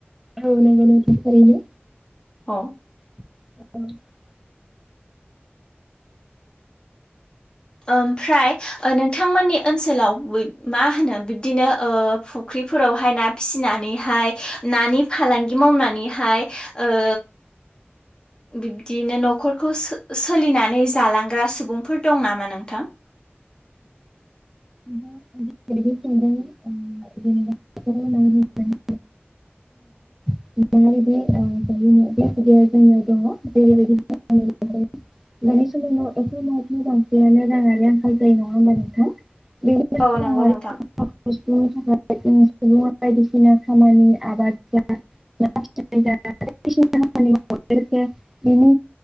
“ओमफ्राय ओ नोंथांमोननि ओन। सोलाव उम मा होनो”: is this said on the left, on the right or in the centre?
Left